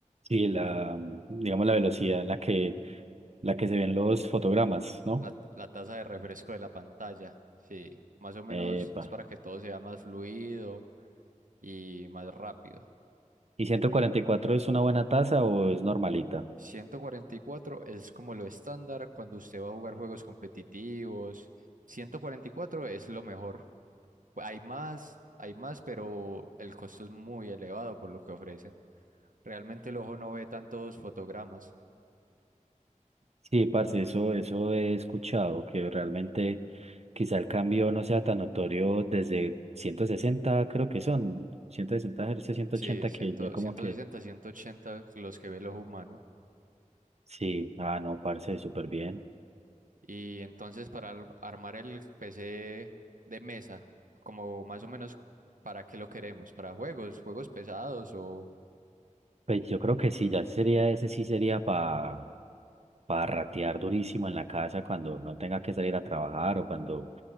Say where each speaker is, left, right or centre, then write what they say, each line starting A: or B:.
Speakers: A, on the right; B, on the right.
A: Sí, la, digamos, la velocidad en la que, la que se ven los fotogramas, ¿no?
B: la, la tasa de refresco de la pantalla? Sí, más o menos
A: Epa.
B: es para que todo sea más fluido y más rápido.
A: ¿Y 144 es una buena tasa o es normalita?
B: 144 es como lo estándar cuando usted va a jugar juegos competitivos. 144 es lo mejor. Hay más, hay más, pero el costo es muy elevado por lo que ofrecen. Realmente el ojo no ve tantos fotogramas.
A: Sí, parce, eso, eso he escuchado, que realmente quizá el cambio no sea tan notorio desde 160 creo que son, 160 Hz, ciento
B: Sí,
A: ochenta
B: 100
A: que ya como que,
B: 160, 180 los que ve el ojo humano.
A: sí, ah, no, parce, súper bien.
B: Y entonces para al- armar el PC de mesa, como más o menos para qué lo queremos, para juegos, juegos pesados o
A: Pues yo creo que sí, ya sería, ese sí sería para para ratear durísimo en la casa cuando no tenga que salir a trabajar o cuando